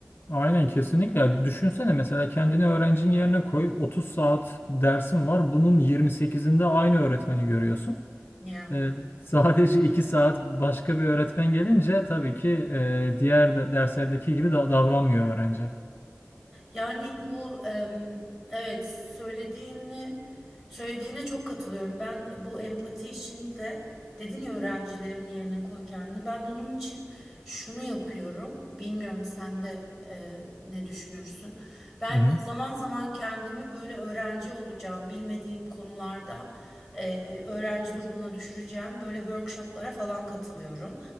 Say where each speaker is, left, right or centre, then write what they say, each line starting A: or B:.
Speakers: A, on the left (about 45°); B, in the centre.
A: Aynen kesinlikle. Ya Düşünsene mesela kendini öğrencinin yerine koy. 30 saat dersin var. Bunun 28'inde aynı öğretmeni görüyorsun.
B: Ya.
A: Ee, <laughs> sadece 2 saat başka bir öğretmen gelince tabii ki e, diğer de- derslerdeki gibi da davranmıyor öğrenci.
B: Yani bu em, evet söylediğini söylediğine çok katılıyorum. Ben bu empati işini de dedin ya öğrencilerin yerine koy kendini. Ben bunun için şunu yapıyorum. Bilmiyorum sen de e, ne düşünürsün. Ben
A: Hı hı.
B: zaman zaman kendimi böyle öğrenci olacağım bilmediğim konularda e, öğrenci durumuna düşüreceğim böyle workshoplara falan katılıyorum.